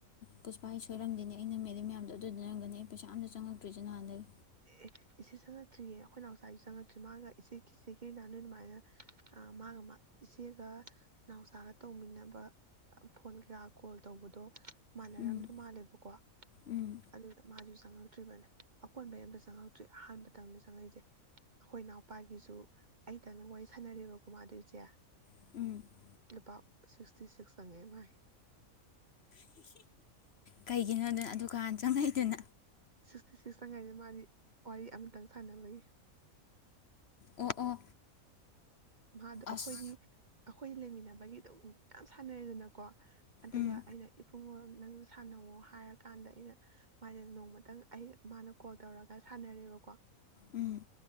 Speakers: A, on the left; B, on the right.
A: ꯄꯨꯁꯄꯥ ꯑꯩ ꯁꯣꯏꯔꯝꯗꯣꯏꯅꯦ ꯑꯩꯅ ꯃꯦꯜꯂꯤ ꯃꯌꯥꯝꯗꯣ ꯑꯗꯨꯗ ꯑꯣꯏꯔꯝꯒꯅꯤ ꯑꯩ ꯄꯩꯁꯥ ꯑꯝꯇ ꯆꯪꯉꯛ꯫ ꯇꯔꯤꯁꯦ ꯅꯍꯟꯗꯩ꯫
B: ꯑꯦ ꯏꯆꯦ ꯆꯪꯉꯛꯇ꯭ꯔꯤꯌꯦ ꯑꯩꯈꯣꯏ ꯅꯥꯎꯆꯥꯁꯨ ꯆꯪꯉꯛꯇ꯭ꯔꯤ ꯃꯥꯒ ꯏꯆꯦ ꯆꯦꯒꯤ ꯅꯥꯟ ꯅꯣꯏ ꯑꯗꯨꯃꯥꯏꯅ ꯃꯥꯒ ꯏꯆꯦꯒ ꯅꯥꯎꯆꯥꯒ ꯇꯧꯃꯤꯟꯅꯕ ꯐꯣꯟ ꯀꯩꯀꯥ ꯀꯣꯜꯇꯧꯕꯗꯣ꯫ ꯃꯥꯟꯅꯔꯝꯗ
A: ꯎꯝ
B: ꯃꯥꯜꯂꯦꯕꯀꯣ
A: ꯎꯝ
B: ꯑꯗꯨꯅ ꯃꯥꯁꯨ ꯆꯪꯉꯛ ꯆꯪꯉꯛꯇꯔꯤ ꯕꯅꯦ ꯑꯀꯣꯟꯕ ꯑꯝꯇ ꯆꯪꯉꯛꯇ꯭ꯔꯤ ꯑꯍꯥꯟꯕꯗꯪꯅꯦ ꯆꯪꯉꯛꯏꯁꯦ ꯑꯩꯈꯣꯏ ꯏꯅꯥꯎꯄꯥꯒꯤꯁꯨ ꯑꯩꯇꯪ ꯋꯥꯔꯤ ꯁꯥꯟꯅꯔꯦꯕꯀꯣ ꯃꯥꯗꯣ ꯏꯆꯦ꯫
A: <inaudible>
B: ꯂꯨꯄꯥ ꯁꯤꯛꯇꯤꯁꯤꯛ ꯆꯪꯉꯛꯑꯦ ꯃꯥꯏ꯫
A: ꯀꯩꯒꯤꯅꯣ ꯑꯥꯗꯨꯀꯥꯟ ꯆꯉꯥꯀꯦꯗꯨꯟ
B: ꯁꯤꯛꯁꯇꯤ ꯁꯤꯛꯁꯇꯉꯩꯗ ꯃꯥꯒꯤ ꯋꯥꯔꯤ ꯑꯃꯇꯪ ꯁꯥꯟꯅꯕꯒꯤ
A: ꯑꯣ ꯑꯣ
B: ꯃꯥꯗꯣ
A: ꯑꯁ
B: ꯑꯩꯈꯣꯏꯒꯤ ꯑꯩꯈꯣꯏ ꯂꯩꯃꯤꯟꯅꯕꯒꯤ ꯑꯗꯨꯝ ꯌꯥꯝ ꯁꯥꯟꯅꯔꯦꯗꯅꯀꯣ ꯑꯗꯨꯒ
A: ꯎꯝ
B: ꯑꯩꯅ ꯏꯕꯨꯉꯣ ꯅꯪ ꯁꯥꯟꯅꯑꯣ ꯍꯥꯏꯔꯀꯥꯟꯗ ꯑꯩꯅ ꯃꯥꯁꯦ ꯅꯣꯡꯃꯇꯪ ꯑꯩ ꯃꯥꯅ ꯀꯣꯜ ꯇꯧꯔꯒ ꯁꯥꯟꯅꯔꯦꯕꯀꯣ
A: ꯎꯝ